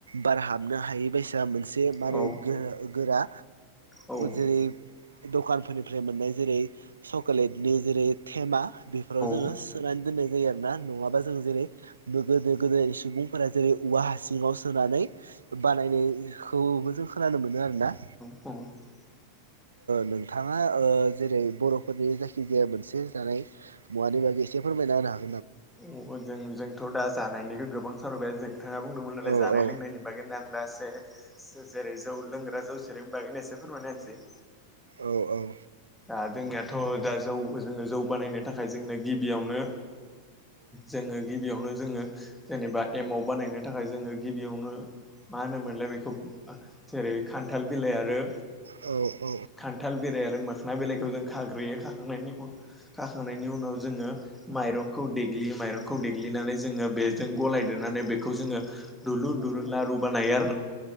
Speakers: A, on the right; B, in the centre.
A: बार हाबनो हायै बदि मोनसे माने
B: औ
A: गोरा
B: औ
A: जेरै दखानफोरनिफ्राय मोननाय जेरै सक'लेटनि जेरै थेमा बेफोराव जोङो
B: औ
A: सोनानै दोन्नाय जायो आरो ना नङाबा जों जेरै गोदो गोदो सुबुंफोरा जेरै औवा हासिङाव सोनानै बानायनायखौबो जों खोनानो मोनो आरो ना।
B: <inaudible>
A: नोंथाङा जेरै बर'फोरनि जायखिजाया मोनसे जानाय मुवानि बागै एसेफोर <unintelligible>
B: अ जों जोंथ' दा जानायनिखौ गोबां सावबाय नोंथाङा बुंदोंमोन नालाय
A: औ
B: जानाय
A: औ
B: लोंनायनि बागै आं दासो जेरै जौ लोंग्रा जौ सेरिनि बागैनो एसे फोरमायना होनसै।
A: औ औ
B: दा जोंनियाथ' दा जौ जोङो जौ बानायनो थाखाय जोंनो गिबियावनो जोङो गिबियावनो जोङो जेनेबा एमाव बानायनो थाखाय जोङो गिबियावनो मा होनोमोनलाय बेखौ जेरै खान्थाल बिलाइ आरो
A: औ औ
B: खान्थाल बिलाइ आरो मोखोना बिलाइखौ जों खाग्रोयो खाखांनायनि उनाव खाखांनायनि उनाव जोङो माइरं देग्लियो माइरंखौ देग्लिनानै जोङो बेजों गलायदेरनानै बेखौ जोङो दुलुर दुलुर लारू बानायो।